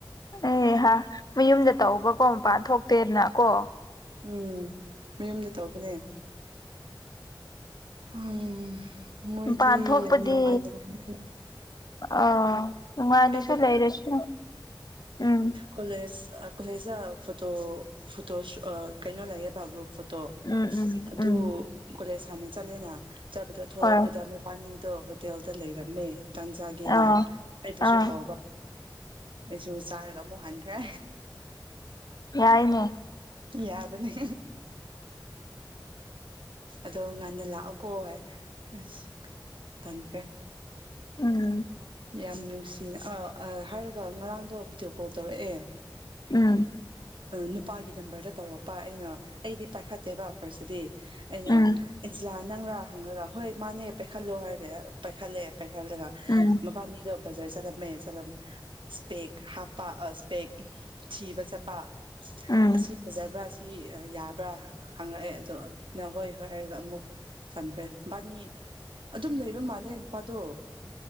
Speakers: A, on the left; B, on the right.
A: ꯑꯦꯍ ꯃꯌꯨꯝꯗ ꯇꯧꯕꯀꯣ ꯃꯄꯥꯟ ꯊꯣꯛꯇꯦꯗꯅ ꯀꯣ
B: ꯎꯝ ꯃꯌꯨꯝꯗ ꯇꯧꯕꯅꯦ ꯍꯣꯏ ꯃꯣꯏꯗꯤ
A: ꯃꯄꯥꯟ ꯊꯣꯛꯄꯗꯤ
B: ꯌꯥꯝ ꯅꯨꯡꯉꯥꯏꯅ <unintelligible>
A: ꯑꯥ ꯅꯨꯡꯉꯥꯏꯅꯁꯨ
B: ꯑꯩꯗꯣ
A: ꯂꯩꯔꯁꯨ ꯎꯝ
B: ꯀꯣꯂꯦꯁ ꯑꯥ ꯀꯣꯂꯦꯁ ꯐꯣꯇꯣ ꯐꯣꯇꯣ ꯑꯥ ꯀꯩꯅꯣ ꯂꯩꯌꯦꯕ ꯒ꯭ꯔꯨꯞ ꯐꯇꯣ ꯇꯣ
A: ꯎꯝ ꯎꯝ
B: ꯑꯗꯨ
A: ꯎꯝ
B: ꯀꯣꯂꯦꯖ ꯍꯥꯡꯅ ꯆꯠꯂꯦꯅ ꯆꯠꯄꯗ ꯊꯣꯂꯛꯄꯗ
A: ꯍꯣꯏ
B: ꯃꯕꯥꯅꯤꯗꯣ ꯍꯣꯇꯦꯜꯗ ꯂꯩꯔꯝꯃꯦ ꯇꯟꯖꯒꯦꯅ
A: ꯑꯥ
B: ꯑꯩꯕꯨꯁꯨ
A: ꯑꯥ
B: ꯀꯧꯕ ꯑꯩꯁꯨ ꯆꯥꯔꯒ ꯑꯃꯨꯛ ꯍꯟꯈ꯭ꯔꯦ
A: ꯌꯥꯏꯅꯦ
B: ꯌꯥꯕꯅꯤ ꯑꯗꯣ ꯉꯟꯅ ꯂꯥꯛꯑꯣꯀꯣ ꯍꯥꯏ ꯑꯁ ꯊꯟꯈ꯭ꯔꯦ
A: ꯎꯝ
B: ꯌꯥꯝ ꯅꯨꯡꯁꯤꯅ ꯑꯥ ꯑꯥ ꯍꯥꯏꯔꯒ ꯉꯔꯥꯡꯗꯣ ꯕꯤꯗꯤꯑꯣ ꯀꯣꯜ ꯇꯧꯔꯛꯑꯦ
A: ꯎꯝ
B: ꯅꯨꯄꯥꯒꯤ ꯗꯝꯕꯔꯗ ꯇꯧꯔꯛꯄ ꯑꯩꯅ ꯑꯩꯗꯤ ꯄꯥꯏꯈꯠꯇꯦꯕ ꯐꯔꯁꯗꯗꯤ ꯑꯩꯅ
A: ꯎꯝ
B: ꯏꯟꯁꯂꯥ ꯅꯪꯂꯔꯥ ꯍꯪꯂꯪꯂꯒ ꯍꯣꯏ ꯃꯥꯅꯦ ꯄꯥꯏꯈꯠꯂꯣ ꯍꯥꯏꯔꯒꯦ ꯄꯥꯏꯈꯠꯂꯦ ꯄꯩꯏꯈꯥꯂꯒꯥ
A: ꯎꯝ
B: ꯃꯕꯥꯅꯤꯗꯣ ꯕꯖꯥꯔ ꯆꯠꯂꯝꯃꯦ ꯆꯠꯂꯝ ꯏꯁꯄꯦꯛ ꯍꯥꯞꯄ ꯏꯁꯄꯦꯛ ꯊꯤꯕ ꯆꯠꯄ
A: ꯎꯝ
B: ꯑꯁꯤ ꯐꯖꯕ꯭ꯔꯥ ꯑꯁꯤ ꯁꯤ ꯌꯥꯕ꯭ꯔꯥ ꯍꯪꯉꯛꯑꯦ ꯑꯗꯣ ꯅꯍꯣꯏ ꯍꯣꯏ ꯍꯥꯏꯔꯒ ꯑꯃꯨꯛ ꯊꯝꯈ꯭ꯔꯦ ꯕꯥꯅꯤ ꯑꯗꯨꯝ ꯂꯩꯕ ꯃꯥꯜꯂꯦ ꯅꯨꯄꯥꯗꯣ